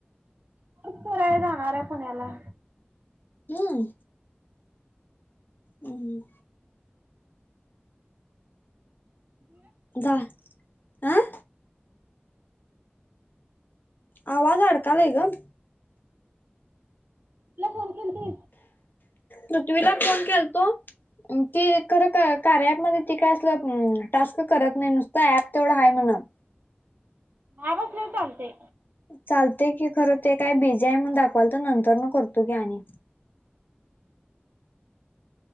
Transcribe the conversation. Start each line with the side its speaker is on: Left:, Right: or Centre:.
Right: <unintelligible> जाणार आहे पुण्याला.
Left: हम्म. उम्म हम्म.
Right: <unintelligible>
Left: जा आं आवाज अडकालाय गं.
Right: तुला फोन केलती.
Left: पृथ्वीला फोन केलतो? ती खरं कार्या ऐप मध्ये ती काय असलं टास्क करत नाही नुसतं ऍप तेवढं आहे म्हण.
Right: आवाज नाही चालते.
Left: चालतेय की खरं ते काय बीजी आहे म्हणून दाखवाल तर नंतर म करतो की आणि